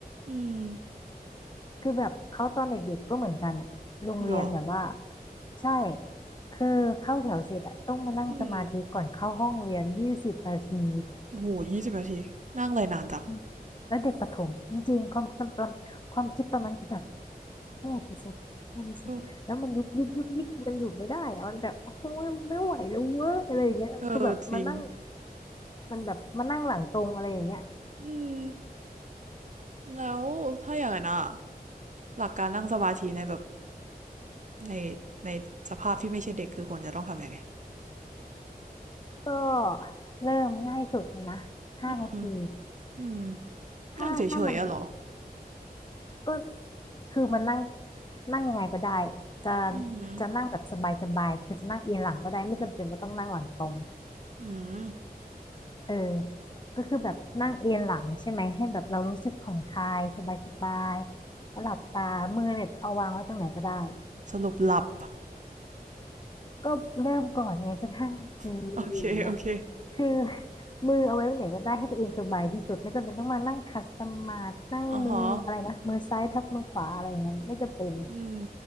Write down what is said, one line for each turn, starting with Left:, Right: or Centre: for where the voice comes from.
Right: อืม
Left: คือแบบเขาตอนเด็กๆก็เหมือนกันอะโรงเรียนแบบว่า
Right: หรอ
Left: ใช่คือเข้าแถวเสร็จอะต้องมานั่งสมาธิก่อนเข้าห้องเรียนยี่สิบนาที
Right: อืมโอ้โหยี่สิบนาทีนั่งอะไรนานจัง
Left: อืมแล้วเด็กประถมจริงๆความคิดตอนความคิดตอนนั้นคือแบบเมื่อไหร่จะเสร็จเมื่อไหร่จะเสร็จแล้วมันยุบยิบยุบยิบมันอยู่ไม่ได้อะมันแบบโอ้ยไม่ไหวแล้วเว้ยอะไรอย่างเงี้ยคือแบบมานั่ง
Right: อืมเออจริง
Left: มันแบบมานั่งหลังตรงอะไรอย่างเงี้ย
Right: อืมแล้วถ้าอย่างนั้นอ่ะหลักการนั่งสมาธิในแบบในในสภาพที่ไม่ใช่เด็กคือควรจะต้องทำยังไง
Left: ก็เริ่มง่ายสุดเลยนะห้านาที
Right: อืมอืม
Left: ถ้าถ้ามัน
Right: นั่งเฉยๆอะเหรอ
Left: ก็คือมันนั่งนั่งยังไงก็ได้จะ
Right: อืม
Left: จะนั่งแบบสบายๆคือจะนั่งเอียงหลังก็ได้ไม่จำเป็นว่าต้องนั่งหลังตรง
Right: อืม
Left: เออก็คือแบบนั่งเอียงหลังใช่ไหมให้แบบเรารู้สึกผ่อนคลายสบายๆแล้วหลับตามือเนี่ยเอาวางไว้ตรงไหนก็ได้
Right: สรุปหลับ
Left: ก็เริ่มก่อนไงจะนั่งองเลยอย่างเงี้ย
Right: <laughs> โอเค โอเค
Left: คือ <laughs> มือเอาไว้ตรงไหนก็ได้ให้ตัวเองสบายที่สุดไม่จำเป็นต้องมานั่งคัสตอมมานั่งมืออะไรนะมือซ้ายทับมือขวาอะไรอย่างเงี้ยไม่จำเป็น
Right: อ๋อฮะอืม